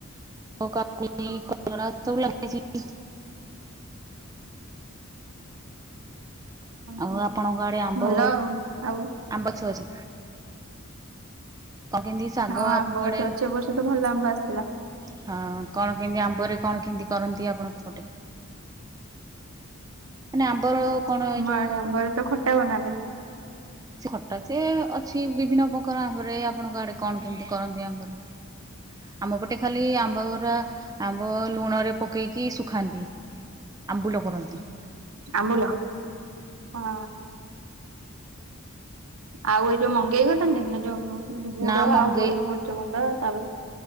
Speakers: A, on the right; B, on the right.
A: ଆଉ କାକୁଡି କଲରା ସବୁ ଲାଗିଚି।
B: ଓହୋ
A: ଆଉ ଆପଣଙ୍କ ଆଡେ ଆମ୍ବ
B: ଭଲ ଆଉ ଆଉ
A: ଆମ୍ବଗଛ ଅଛି? <unintelligible>
B: ହଁ ଆମ୍ବଗଛ
A: ଆପଣଙ୍କ ଆଡେ
B: ଅଛି ଏବର୍ଷ ତ ଭଲ ଆମ୍ବ ଆସିଥିଲା।
A: ହଁ କଣ କେମିତି ଆମ୍ବରେ କଣ କିମିତି କରନ୍ତି ଆପଣଙ୍କ ପଟେ? ମାନେ ଆମ୍ବର କଣ
B: ଆମଆଡେ
A: ଏଇ ଯୋଉ
B: ଆମ୍ବରେ ତ ଖଟା ବନାନ୍ତି।
A: ସେ ଖଟା ଯେ ଅଛି ବିଭିନ୍ନ ପ୍ରକାର ଆମ୍ବରେ ଆପଣଙ୍କ ଆଡେ କଣ କିମିତି କରନ୍ତି ଆମ୍ବରେ? ଆମପଟେ ଖାଲି ଆମ୍ବଗୁରା ଆମ୍ବ ଲୁଣରେ ପକେଇକି ଶୁଖାନ୍ତି ଆମ୍ବୁଲ କରନ୍ତି।
B: ଆମ୍ବୁଲ ହଁ। ଆଉ ଏଇ ଯୋଉ ମଙ୍ଗେଇ କରନ୍ତିନି ନା ଯୋଉ ଗୁଡ
A: ନା ମଙ୍ଗେଇ
B: ଆଉ ଗୋଲମରିଚ ଗୁଣ୍ଡ ତାପରେ